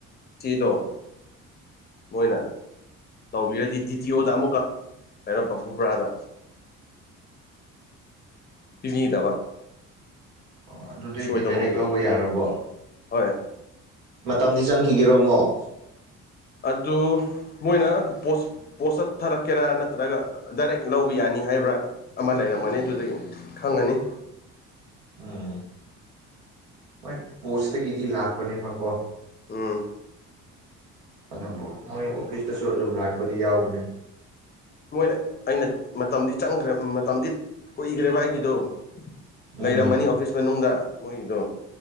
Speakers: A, on the left; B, on the right.
A: ꯆꯦꯗꯣ ꯃꯣꯏꯅ ꯇꯧꯕꯤꯔꯗꯤ ꯗꯤꯇꯤ ꯑꯣꯗ ꯑꯃꯨꯛꯀ ꯀꯩꯅꯣ ꯕꯥꯄꯨꯕ꯭ꯔꯥꯗ ꯄꯤꯕꯤꯗꯕ
B: ꯑꯣ ꯑꯗꯨꯗꯩꯗꯤ
A: ꯁꯣꯏ ꯇꯧꯕ
B: ꯗꯥꯏꯔꯦꯛ ꯂꯧꯕ ꯌꯥꯔꯕꯣ
A: ꯍꯣꯏ
B: ꯃꯇꯝꯗꯤ ꯆꯪꯈꯤꯒꯦꯔꯣ ꯑꯃꯨꯛ
A: ꯑꯗꯨ ꯃꯣꯏꯅ ꯄꯣꯁ ꯄꯣꯁꯇ ꯊꯔꯛꯀꯦꯔ ꯅꯠꯇ꯭ꯔꯒ ꯗꯥꯏꯔꯦꯛ ꯂꯧꯕ ꯌꯥꯅꯤ ꯍꯥꯏꯕ꯭ꯔꯥ ꯑꯃ ꯂꯩꯔꯝꯃꯅꯤ ꯑꯗꯨꯗꯒꯤ ꯈꯪꯉꯅꯤ
B: ꯎꯝ ꯍꯣꯏ ꯄꯣꯁꯇꯒꯤꯗꯤ ꯂꯥꯛꯄꯅꯦꯕꯀꯣ
A: ꯎꯝ
B: ꯑꯗꯨꯕꯨ ꯃꯣꯏ ꯑꯣꯐꯤꯁꯇꯁꯨ ꯑꯗꯨꯝ ꯂꯥꯛꯄꯗꯤ ꯌꯥꯎꯕꯅꯦ
A: ꯃꯣꯏꯅ ꯑꯩꯅ ꯃꯇꯝꯗꯤ ꯆꯪꯈ꯭ꯔꯦꯞ ꯃꯇꯝꯗꯤ ꯀꯨꯏꯒ꯭ꯔꯦꯕ ꯑꯩꯒꯤꯗꯨ
B: ꯎꯝ
A: ꯂꯩꯔꯝꯃꯅꯤ ꯑꯣꯐꯤꯁ ꯃꯅꯨꯡꯗ ꯃꯣꯏꯒꯤꯗꯣ